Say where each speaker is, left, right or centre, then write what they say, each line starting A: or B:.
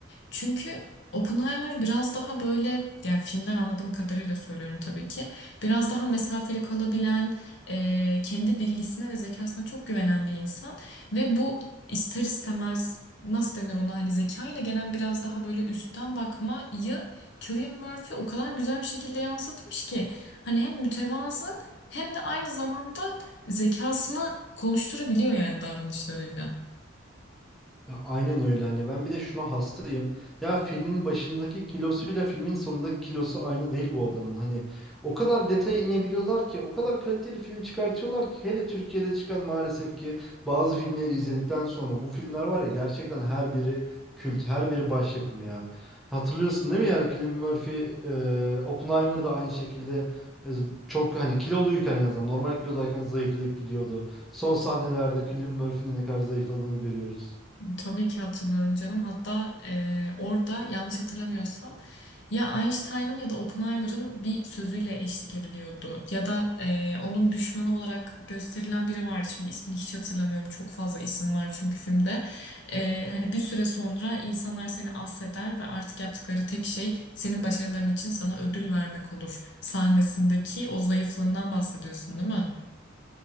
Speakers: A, on the left; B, in the centre.
A: Çünkü Oppenheimer biraz daha böyle yani filmden anladığım kadarıyla söylüyorum tabii ki. Biraz daha mesafeli kalabilen, e, kendi bilgisine ve zekasına çok güvenen bir insan ve bu ister istemez nasıl denir ona hani zekayla gelen biraz daha böyle üstten bakmayı Cillian Murphy o kadar güzel bir şekilde yansıtmış ki hani hem mütevazı hem de aynı zamanda zekasını konuşturabiliyor yani davranışlarıyla.
B: Ya aynen öyle hani ben bir de şuna hastayım. Ya filmin başındaki kilosuyla filmin sonundaki kilosu aynı değil bu adamın. Hani o kadar detaya inebiliyorlar ki o kadar kaliteli film çıkartıyorlar ki hele Türkiye'de çıkan maalesef ki bazı filmleri izledikten sonra bu filmler var ya gerçekten her biri kült, her biri başyapım ya. Hatırlıyorsun değil mi yani Cillian Murphy, e, Oppenheimer da aynı şekilde e, çok hani kiloluyken en azından normal kilodayken zayıflayıp gidiyordu. Son sahnelerde Cillian Murphy'nin de ne kadar zayıfladığını görüyoruz.
A: Tabii ki hatırlıyorum canım. Hatta e, orada yanlış hatırlamıyorsam ya Einstein'ın ya da Oppenheimer'ın bir sözüyle eşlik ediliyordu. Ya da e, onun düşmanı olarak gösterilen biri vardı. Şimdi ismini hiç hatırlamıyorum. Çok fazla isim var çünkü filmde. E, hani bir süre sonra insanlar seni affeder ve artık yaptıkları tek şey senin başarıların için sana ödül vermek olur. Sahnesindeki o zayıflığından bahsediyorsun, değil mi?